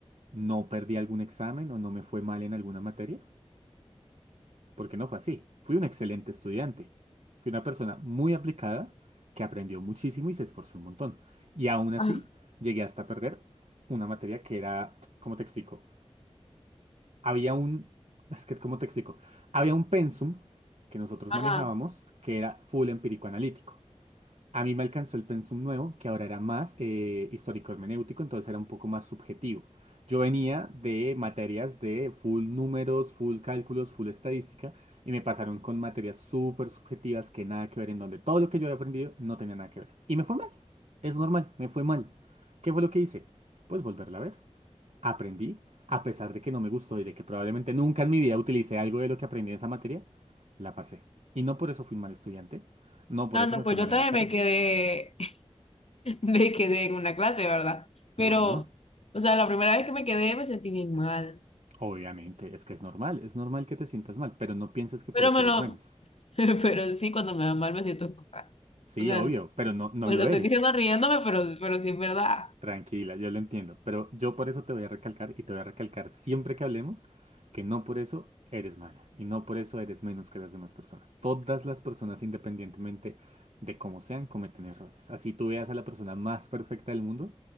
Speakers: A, on the right (about 80°); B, on the left (about 70°).
A: no perdí algún examen o no me fue mal en alguna materia? Porque no fue así. Fui un excelente estudiante. Fui una persona muy aplicada que aprendió muchísimo y se esforzó un montón. Y aún así,
B: Ajá.
A: llegué hasta perder una materia que era, ¿cómo te explico? había un, es que, ¿cómo te explico? Había un pensum que nosotros
B: Ajá.
A: manejábamos que era full empírico analítico. A mí me alcanzó el pensum nuevo, que ahora era más eh, histórico hermenéutico, entonces era un poco más subjetivo. Yo venía de materias de full números, full cálculos, full estadística, y me pasaron con materias súper subjetivas que nada que ver, en donde todo lo que yo había aprendido no tenía nada que ver. Y me fue mal. Es normal, me fue mal. ¿Qué fue lo que hice? Pues volverla a ver. Aprendí, a pesar de que no me gustó y de que probablemente nunca en mi vida utilicé algo de lo que aprendí en esa materia, la pasé. Y no por eso fui un mal estudiante, no por
B: No,
A: eso
B: no,
A: me
B: pues
A: fue mal
B: yo también
A: en la carrera.
B: me quedé me quedé en una clase, ¿verdad? Pero,
A: Bueno,
B: o sea, la primera vez que me quedé me sentí bien mal.
A: obviamente, es que es normal, es normal que te sientas mal, pero no pienses que
B: Pero
A: por eso
B: me
A: eres
B: lo,
A: menos.
B: <laughs> pero sí, cuando me va mal me siento total.
A: Sí,
B: O sea,
A: obvio, pero no, no
B: me
A: lo
B: lo estoy
A: eres.
B: diciendo riéndome, pero, pero sí es verdad.
A: Tranquila, yo lo entiendo, pero yo por eso te voy a recalcar y te voy a recalcar siempre que hablemos que no por eso eres mala y no por eso eres menos que las demás personas. Todas las personas, independientemente de cómo sean, cometen errores. Así tú veas a la persona más perfecta del mundo,